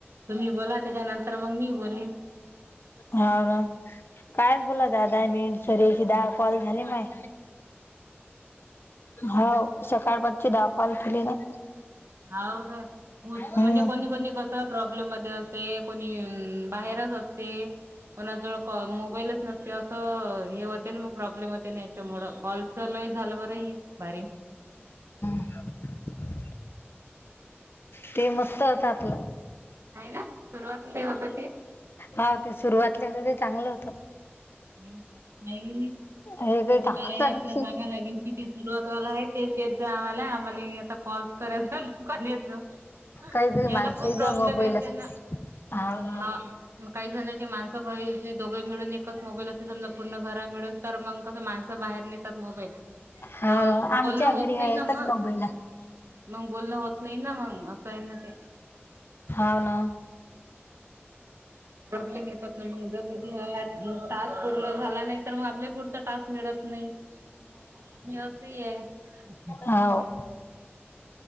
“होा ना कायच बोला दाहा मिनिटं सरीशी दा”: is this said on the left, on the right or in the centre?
Left